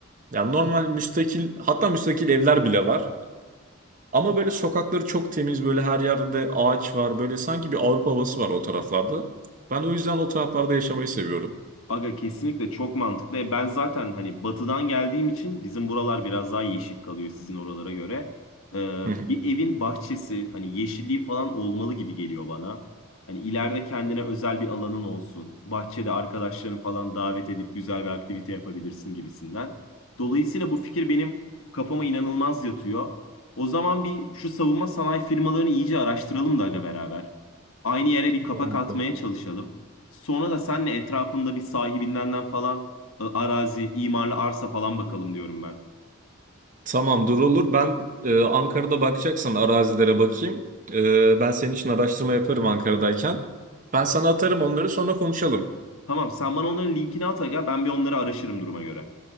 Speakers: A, on the right; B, on the left.
A: Yani normal müstakil hatta müstakil evler bile var. Ama böyle sokakları çok temiz böyle her yerde ağaç var. Böyle sanki bir Avrupa havası var o taraflarda. Ben o yüzden o taraflarda yaşamayı seviyorum.
B: Aga kesinlikle çok mantıklı. E, Ben zaten hani batıdan geldiğim için bizim buralar biraz daha yeşil kalıyor sizin oralara göre. Ee,
A: Hı hı.
B: bir evin bahçesi hani yeşilliği falan olmalı gibi geliyor bana. Hani ileride kendine özel bir alanın olsun. Bahçede arkadaşlarını falan davet edip güzel bir aktivite yapabilirsin gibisinden. Dolayısıyla bu fikir benim kafama inanılmaz yatıyor. O zaman bir şu savunma sanayi firmalarını iyice araştıralım da aga beraber. Aynı yere bir
A: Tamam
B: kapak atmaya
A: abi.
B: çalışalım. Sonra da senle etrafında bir sahibinden falan e, arazi, imarlı arsa falan bakalım diyorum ben.
A: Tamamdır olur. Ben e, Ankara'da bakacaksan arazilere bakayım. E, ben senin için araştırma yaparım Ankara'dayken. Ben sana atarım onları sonra konuşalım.
B: Tamam sen bana onların linkini at aga ben bir onları araşırım duruma göre.